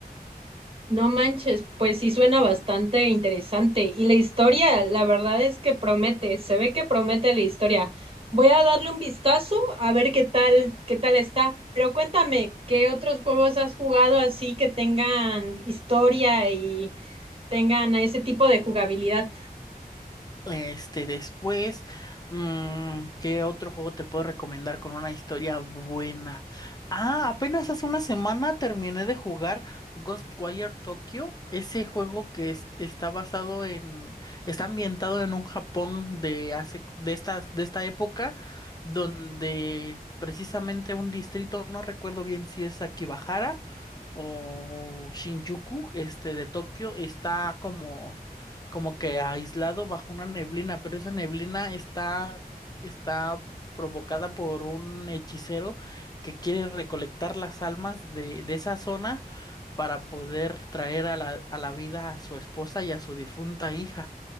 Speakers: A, on the right; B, on the left.
A: No manches, pues sí suena bastante interesante. Y la historia, la verdad es que promete, se ve que promete la historia. Voy a darle un vistazo a ver qué tal, qué tal está. Pero cuéntame, ¿qué otros juegos has jugado así que tengan historia y tengan ese tipo de jugabilidad?
B: Este, después, mm, ¿qué otro juego te puedo recomendar con una historia buena? Ah, apenas hace una semana terminé de jugar Ghostwire Tokyo, ese juego que es- está basado en, está ambientado en un Japón de hace, de estas, de esta época, donde precisamente un distrito, no recuerdo bien si es Akibahara o Shinjuku, este, de Tokio, está como como que aislado bajo una neblina, pero esa neblina está, está provocada por un hechicero que quiere recolectar las almas de, de esa zona para poder traer a la, a la vida a su esposa y a su difunta hija.